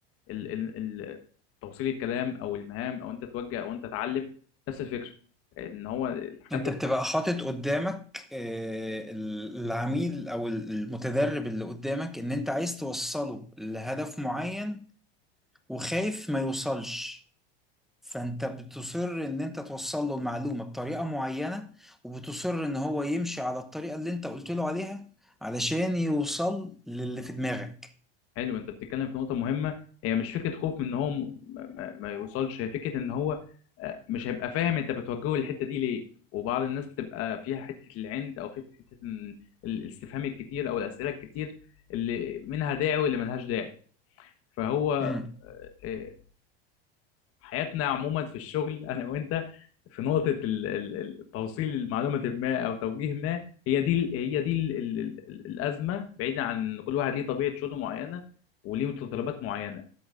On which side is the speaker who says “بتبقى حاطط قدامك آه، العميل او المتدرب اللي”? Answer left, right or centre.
Centre